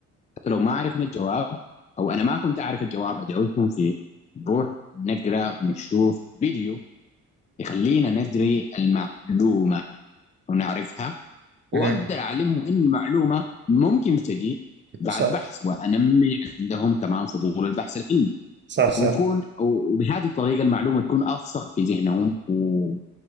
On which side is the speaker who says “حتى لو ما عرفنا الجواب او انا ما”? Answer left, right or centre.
Left